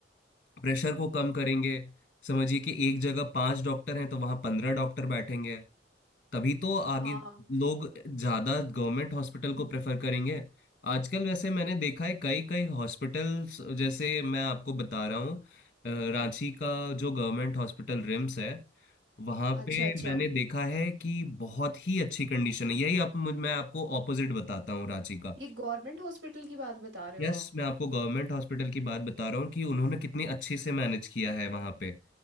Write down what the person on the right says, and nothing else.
हाँ
अच्छा
अच्छा
ये गवर्नमेंट हॉस्पिटल की बात बता रहे
हो आप